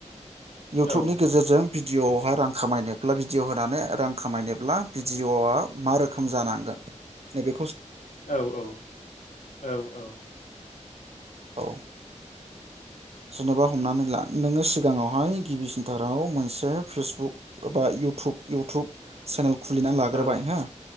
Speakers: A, on the right; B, on the left.
A: इउटुबनि
B: औ
A: गेजेरजों भिडिअ आवहा रां खामायनोब्ला भिडिअ होनानै रां खामायनोब्ला भिडिअआ मारोखोम जानांगोन नैबे
B: औ औ औ औ।
A: औ जेनेबा हमनानैला नोङो सिगाङाव हायो गिबिसिनथाराव मोनसे फेसबुक ओबा इउथुब इउटुब चेनेल। खुलिना लाग्रोबाय
B: औ
A: हो।